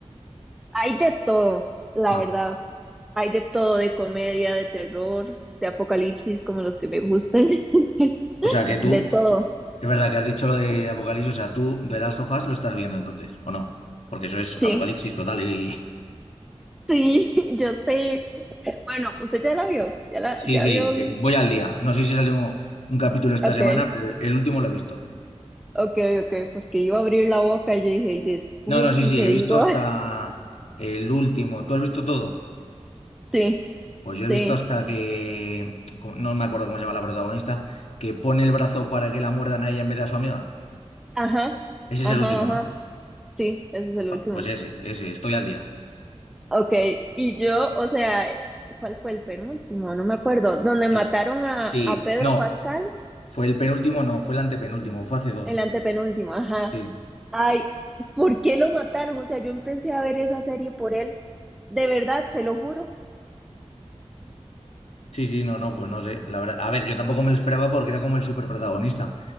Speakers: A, in the centre; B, on the left (about 75°).
A: hay de todo, la
B: Ah,
A: verdad. Hay de todo, de comedia, de terror, de apocalipsis, como los que me gustan, <laughs>
B: o sea que tú,
A: de todo,
B: es verdad que has dicho lo de Apocalipsis, o sea, tú de las sofás lo estás viendo entonces, ¿o no? Porque eso es
A: sí.
B: Apocalipsis total y... <laughs>
A: Sí, <laughs> yo sé. Bueno, usted ya la vio, ya la,
B: Sí,
A: ya
B: sí,
A: vio. el-
B: eh, voy al día. No sé si salió un, un capítulo esta
A: Ok,
B: semana, pero el último lo he visto.
A: ok, ok, porque iba a abrir la boca y yo dije, y después
B: No, no, sí,
A: sí
B: sí,
A: le
B: he visto
A: digo,
B: hasta
A: <laughs>
B: el último. ¿Tú has visto todo?
A: sí,
B: Pues yo he
A: sí,
B: visto hasta que, co- no me acuerdo cómo se llama la protagonista, que pone el brazo para que la muerdan a ella en vez de a su amiga.
A: ajá,
B: Ese es
A: ajá,
B: el último,
A: ajá,
B: ¿no?
A: sí, ese es el
B: Pa-
A: último.
B: Pues ese, ese, estoy al día.
A: Ok, y yo, o sea, ¿cuál fue el penúltimo? No me acuerdo, donde
B: El-
A: mataron a,
B: sí,
A: a Pedro
B: no,
A: Pascal,
B: fue el penúltimo, no, fue el antepenúltimo, fue hace dos.
A: el antepenúltimo, ajá.
B: Sí.
A: Ay, ¿por qué lo mataron? O sea, yo empecé a ver esa serie por él, de verdad, se lo juro.
B: Sí, sí, no, no, pues no sé. La verdad, a ver, yo tampoco me lo esperaba porque era como el superprotagonista.